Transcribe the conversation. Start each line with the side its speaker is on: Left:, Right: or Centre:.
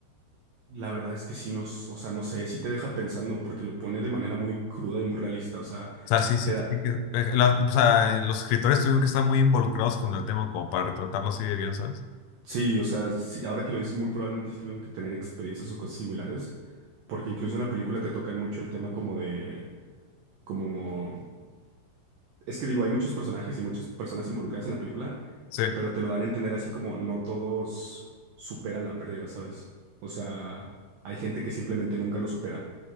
Right: La verdad es que sí nos, o sea, no sé, sí te deja pensando porque lo pone de manera muy cruda y muy realista, o sea,
Left: O sea, sí, sí,
Right: te
Left: tiene
Right: da,
Left: que- eh, la- o sea, los escritores tuvieron que estar muy involucrados con el tema como para retratarlo así de bien, ¿sabes?
Right: sí, o sea, sí, ahora que lo dices, muy probablemente sí tuvieron que tener experiencias o cosas similares, porque incluso en la película te tocan mucho el tema como de, como, es que digo, hay muchos personajes y muchas personas involucradas en la película,
Left: Sí.
Right: pero te lo dan a entender así como no todos superan la pérdida, ¿sabes? O sea, hay gente que simplemente nunca lo supera